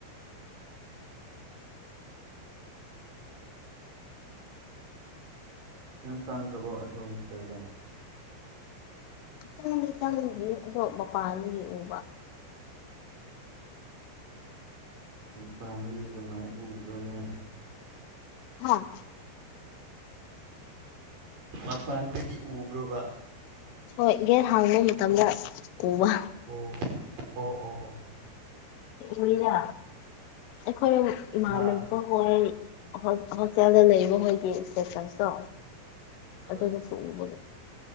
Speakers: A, on the right (about 45°); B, on the left (about 80°).
A: ꯌꯥꯝ ꯆꯥꯡꯈ꯭ꯔꯕꯣ ꯑꯩꯈꯣꯏ ꯍꯣꯁꯄꯤꯇꯥꯜꯗ
B: ꯏꯈꯤꯇꯪꯗꯤꯇꯪꯗꯤ ꯑꯗꯣ ꯃꯄꯥꯟꯗꯒꯤ ꯎꯕ
A: ꯐꯃꯤꯂꯤꯒꯤ ꯀꯃꯥꯏꯅ ꯎꯕ꯭ꯔꯣꯅꯦ
B: ꯍꯥꯥ
A: ꯃꯄꯥꯟꯗꯒꯤ ꯎꯕ꯭ꯔꯕ
B: ꯍꯣꯏ ꯒꯦꯔ ꯍꯥꯡꯕ ꯃꯇꯝꯗ ꯎꯕ
A: ꯑꯣ ꯑꯣ ꯑꯣ ꯑꯣ ꯑꯣ
B: ꯎꯏꯔ ꯑꯩꯈꯣꯏ ꯏꯃꯥꯟꯅꯕ
A: ꯍꯥ
B: ꯍ ꯍꯛꯁꯦꯜꯗ ꯂꯩꯔꯤꯕ ꯃꯈꯣꯏꯒꯤ ꯏꯁꯇꯦꯇꯁꯇꯣ
A: ꯍꯣꯏ
B: ꯑꯗꯨꯅ ꯐꯂꯛꯏ